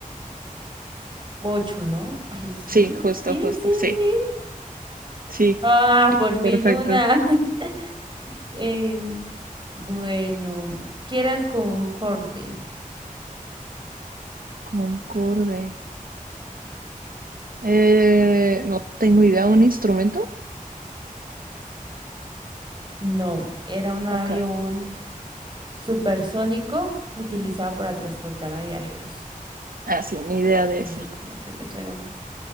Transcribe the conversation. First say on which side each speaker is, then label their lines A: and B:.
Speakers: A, on the right; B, on the right.
A: Ocho, ¿no? Ay, sí,
B: Sí, justo,
A: sí,
B: justo,
A: sí,
B: sí.
A: sí.
B: Sí,
A: Ah, por fin
B: perfecto.
A: una. <laughs> Em, bueno, ¿qué era el Concorde?
B: Concorde. Eh, no tengo idea, ¿un instrumento?
A: No, era un
B: Ok.
A: avión supersónico utilizado para transportar a viajeros.
B: Ah, sí, ni idea de
A: No
B: esa.
A: sé cómo que me suena.